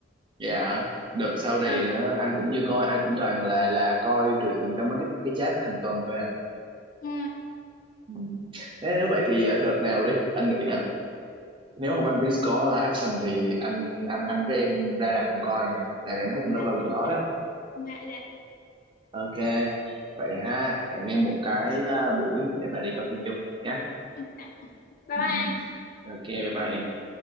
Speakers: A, on the right; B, on the left.
A: dạ đợt sau này
B: à.
A: đó, anh cũng chưa coi anh cũng toàn là là coi truyện trong mấy cái cái chat hàng tuần thôi à
B: ừ.
A: ừ. Thế nếu vậy thì ờ, đợt nào đi anh nghĩ là nếu mà One Piece có live action thì anh anh anh với em ra rạp cùng coi nha tại vì em thấy
B: dạ
A: cũng lâu lâu cũng có đó
B: dạ dạ
A: ok vậy ha hẹn em một cái ờ, buổi để bà đi coi phim chung nhé
B: Dạ. bye
A: ừ, ừ.
B: bye
A: ok bye bye em